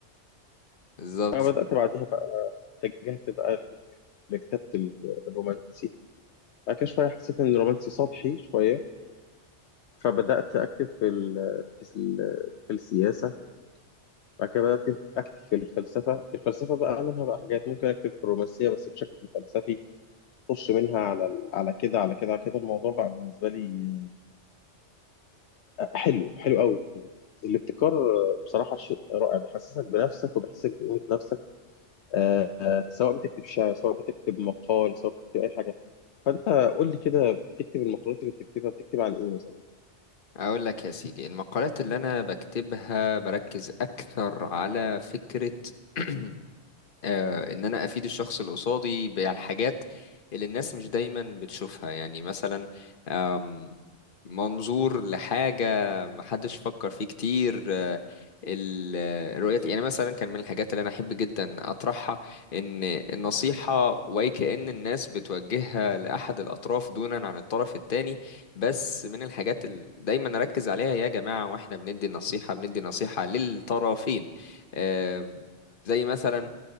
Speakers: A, on the left (about 50°); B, on the left (about 70°).
A: بالظبط
B: فبدأت بعديها بقى اتجهت بقى ل- لكتابة ال- الرومانسي بعد كده شوية حسيت إن الرومانسي سطحي شوية فبدأت أكتب في ال في, ال في السياسة بعد كده بدأت أكتب في الفلسفة الفلسفة بقى منها بقى حاجات ممكن أكتب في الرومانسية بس بشكل فلسفي أخش منها على على كده على كده على كده الموضوع بقى بالنسبة لي حلو حلو قوي الابتكار بصراحة شيء رائع بيحسسك بنفسك وبيحسسك بقيمة نفسك آه، آه، سواء بتكتب شعر سواء بتكتب مقال سواء بتكتب أي حاجة فأنت قول لي كده بتكتب المقالات اللي بتكتبها بتكتب عن إيه مثلا؟
A: اقول لك يا سيدي المقالات اللي انا بكتبها بركز اكثر على فكرة <clears throat> آه ان انا افيد الشخص اللي قصادي بالحاجات اللي الناس مش دايما بتشوفها يعني مثلا أم، منظور لحاجة محدش فكر فيه كتير آه، ال- آه، رؤية يعني مثلا كان من الحاجات اللي أنا أحب جدا أطرحها إن النصيحة وأي كأن الناس بتوجهها لأحد الأطراف دونا عن الطرف التاني بس من الحاجات اللي دايما أركز عليها يا جماعة وإحنا بندي النصيحة بندي نصيحة للطرفين آم، زي مثلا